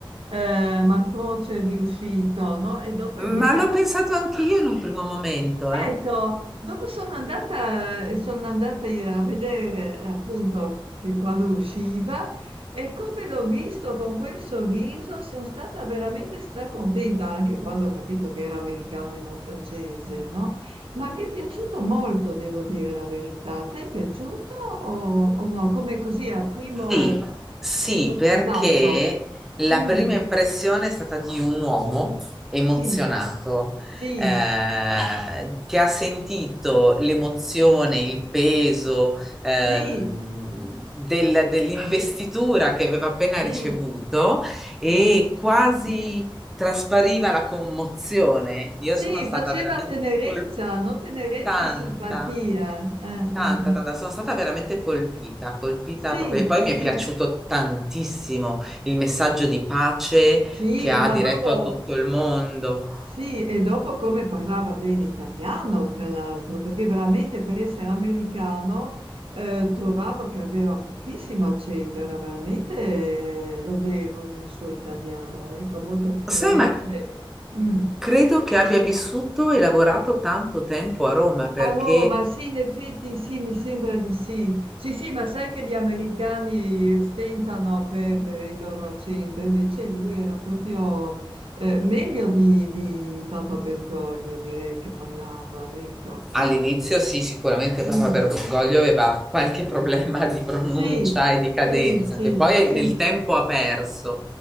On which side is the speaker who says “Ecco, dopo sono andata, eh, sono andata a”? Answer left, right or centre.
Right